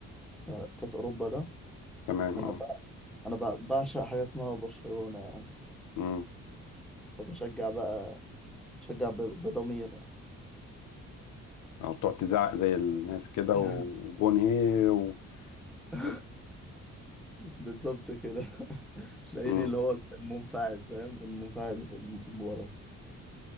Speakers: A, in the centre; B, on the left.
A: بتاع كأس اوروبا ده
B: تمام
A: كان
B: اه
A: بقى انا بقى بعشق حاجة اسمها برشلونة يعني
B: مم.
A: فبشجع بقى بشجع ب... بضمير
B: أو تقعد تزعق زي الناس كده
A: يعني
B: وجون هي و...
A: <laughs>
B: وت...
A: بالظبط كده <laughs> تلاقيني
B: مم.
A: اللي هو المنفعل فاهم المنفعل اللي في الم- ورا